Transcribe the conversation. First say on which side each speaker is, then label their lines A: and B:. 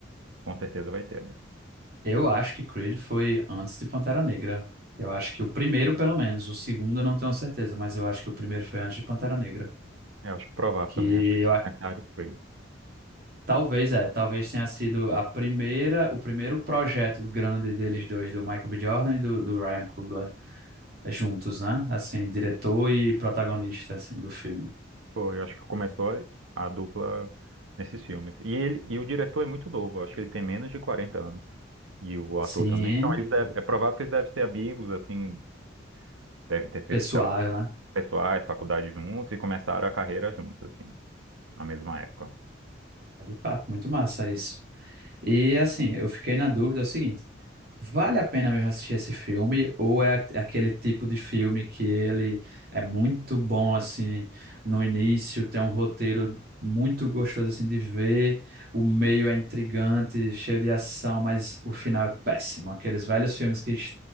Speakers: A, on the right; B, on the right.
A: com certeza vai ter, amigo.
B: eu acho que Creed foi antes de Pantera Negra. Eu acho que o primeiro, pelo menos. O segundo eu não tenho certeza, mas eu acho que o primeiro foi antes de Pantera Negra.
A: É, Eu acho que provável
B: Que
A: também, acho que
B: eu
A: só nessa área Creed.
B: Talvez é, talvez tenha sido a primeira, o primeiro projeto grande deles dois, do Michael B. Jordan e do, do Ryan Coogler, é, juntos, né? Assim, diretor e protagonista, assim, do filme.
A: Foi, eu acho que começou a, a dupla nesses filmes. E, ele, e o diretor é muito novo, eu acho que ele tem menos de 40 anos. e o
B: Sim,
A: ator também. Então, eles deve- é provável que eles devem ser amigos, assim, devem ter feito,
B: pessoal,
A: sei lá,
B: né?
A: pessoais, faculdade juntos e começaram a carreira juntos, assim, na mesma época.
B: De fato, muito massa isso. E assim, eu fiquei na dúvida é o seguinte, Vale a pena mesmo assistir esse filme, ou é a- aquele tipo de filme que ele é muito bom, assim, no início, tem um roteiro muito gostoso, assim, de ver, o meio é intrigante, cheio de ação, mas o final é péssimo, aqueles velhos filmes que es-